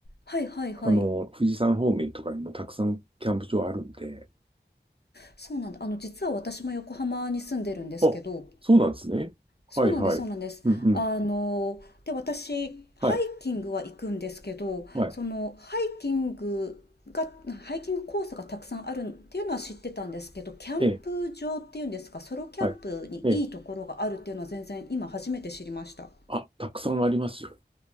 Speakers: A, on the left; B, on the right.
A: はいはいはい
B: あの、富士山方面とかにもたくさんキャンプ場あるんで。
A: そうなんだあの実は私も横浜に住んでるんですけど
B: あ、そうなんですね。
A: そうなんですそうなんです。
B: はいはい。うんうん。
A: あの、で、私、
B: はい。
A: ハイキングは行くんですけど、
B: はい。
A: その、ハイキングが、ハイキングコースがたくさんあるっていうのは知ってたんですけど、キャンプ場っていうんですか、
B: ええ。
A: ソロキャンプにいいところがあるっていうのは全然今初めて知りました。
B: はい。ええ。あ、たくさんありますよ。